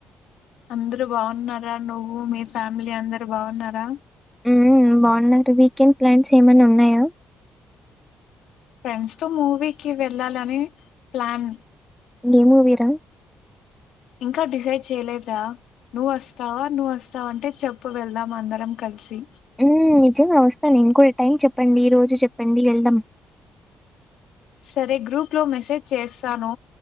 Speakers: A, on the left; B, in the centre.
A: అందరు బాగున్నా రా నువ్వు మీ ఫ్యామిలీ అందరు బాగున్నారా
B: హ్మ్ బాగున్నారు వీకెండ్ ప్లాన్స్ ఏమయిన ఉన్నాయా
A: ఫ్రెండ్స్ తో మూవీకి వెళ్ళాలని ప్లాన్
B: ఏ మూవీరా
A: ఇంకా డిసైడ్ చేయలేద్‌రా నువ్వ్ వస్తావా నువ్వ్ వస్తావంటే చెప్పు వెళ్దాం అందరం కలిసి
B: హ్మ్. నిజంగా వస్తా నేను కూడా టైం చెప్పండి ఈ రోజు చెప్పండి వెళ్దాం
A: సరే గ్రూప్‌లో మెసేజ్ చేస్తాను